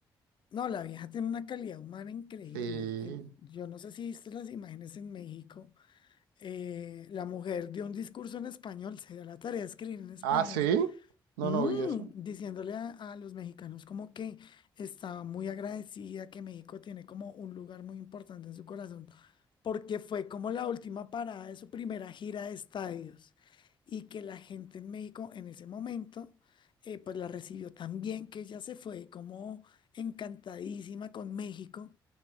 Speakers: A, on the left (about 45°); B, on the right (about 80°).
A: No, la vieja tiene una calidad humana increíble.
B: Sí.
A: En- Yo no sé si viste las imágenes en México. eh, la mujer dio un discurso en español, se dio la tarea de escribir en español
B: Ah, sí. No,
A: Mm,
B: no vi eso.
A: diciéndole a, a los mexicanos como que estaba muy agradecida, que México tiene como un lugar muy importante en su corazón, porque fue como la última parada de su primera gira de estadios y que la gente en México en ese momento eh, pues la recibió tan bien que ella se fue como encantadísima con México